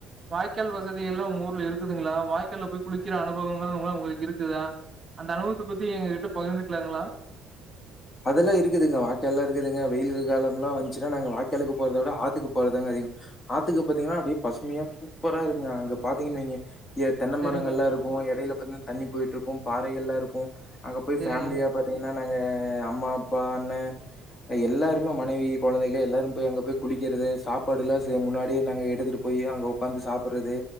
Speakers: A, on the right; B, on the left.
A: வாய்க்கால் வசதி எல்லா உங்க ஊர்ல இருக்குதுங்களா வாய்க்கால்ல போய் குளிக்கிற அனுபவங்கள் உங்களுக்கு இருக்குதா அந்த அனுபவத்தை பத்தி எங்க கிட்ட பகிர்ந்துக்கலாங்களா
B: அதெல்லா இருக்குதுங்க வாய்க்கால் எல்லா இருக்குதுங்க வெயில் காலம்லா வந்துச்சுன்னா நாங்க வாய்காலுக்கு போறத விட ஆத்துக்கு போறதாங்க அதிக ஆத்துக்கு பார்த்தீங்கன்னா அப்டியே பசுமையா சூப்பரா இருக்குங்க அங்க பாத்தீங்கன்னு வைங்க எ தென்னை
A: சேரிங்க
B: மரங்கள் எல்லா இருக்கு இடையில <unintelligible> தண்ணி போயிட்ற்ருக்கோ பாறைகல்ல இருக்கோ அங்க போய்
A: சேரிங்க
B: ஃபேமிலியா பாத்தீங்கன்னா ஏ அம்மா அப்பா அண்ண எல்லாருமே மனைவி குழந்தைக எல்லாரு போய் அங்க போய் குளிக்கிறது சாப்பாடு எல்லா முன்னாடியே நாங்க எடுத்துட்டு போயி அங்க வந்து சாப்பிட்றது